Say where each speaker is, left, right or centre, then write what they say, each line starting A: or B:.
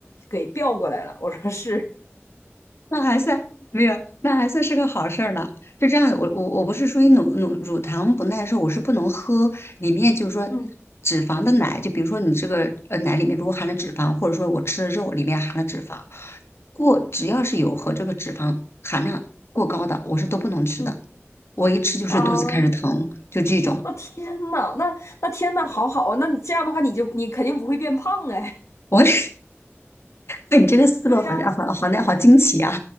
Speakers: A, on the left; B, on the left.
A: 给调过来了。我说是，
B: 那还算没有，那还算是个好事儿呢。是这样的，我我我不是属于乳乳乳糖不耐受，我是不能喝里面就是说
A: 嗯
B: 脂肪的奶，就比如说你这个呃奶里面如果含了脂肪，或者说我吃的肉里面含了脂肪，过只要是有和这个脂肪含量过高的，我是都不能吃的。
A: 嗯
B: 我一吃就是肚子开始疼，
A: <laughs> 啊。
B: 就这种。
A: <laughs> 哦天呐，那那天呐，好好啊，那你这样的话，你就你肯定不会变胖哎。
B: 我 <laughs> 哎，你这个思路好像好好那好惊奇啊！
A: <laughs> 对呀，